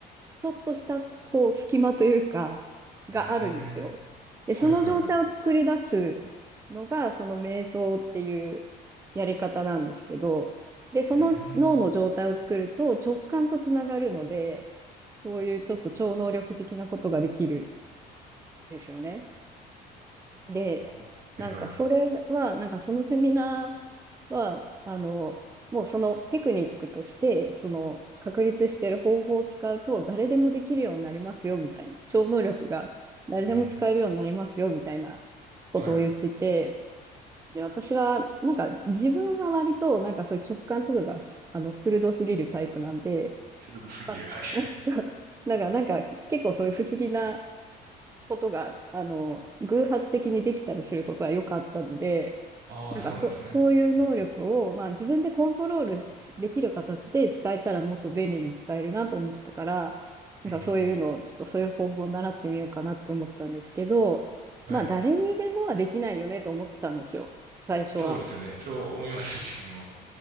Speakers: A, on the right; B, on the right.
A: ちょっとした、こう、隙間というか、があるんですよ。
B: うんうんうーん
A: で、
B: はいはい。
A: その状態を作り出すのが、その瞑想っていうやり方なんですけど、で、その脳の状態を作ると直感とつながるので、
B: うーん。
A: そういうちょっと超能力的なことができる。ですよね。
B: ああ、
A: で、
B: はいはい。
A: なんかそれは、なんかそのセミナーは、あの、もうそのテクニックとして、その確立してる方法を使うと誰でもできるようになりますよ、みたいな。超能力が誰でも使えるようになりますよ、
B: うん。
A: みたいなことを言ってて、
B: はい。
A: で、私は、なんか自分は割と、なんかそういう直感とかが、あの、鋭すぎるタイプなんで、
B: 鋭すぎる。
A: まあ、
B: はいはい。
A: <laughs> そうだからなんか結構そういう不思議なことが、あの、偶発的にできたりすることはよくあったので、
B: ああ、
A: なんかそ、
B: そうなんですね。
A: そういう能力を、
B: うん
A: まあ自分でコントロールできる形で使えたらもっと便利に使えるなと思ったから、
B: うんうんうんうん
A: なんかそういうのを、ちょっとそういう方法を習ってみようかなって思ったんですけど、
B: はい。
A: まあ誰にでもはできないよねと思ったんですよ、最初は。
B: そうですよね。そう思いますよ、自分も。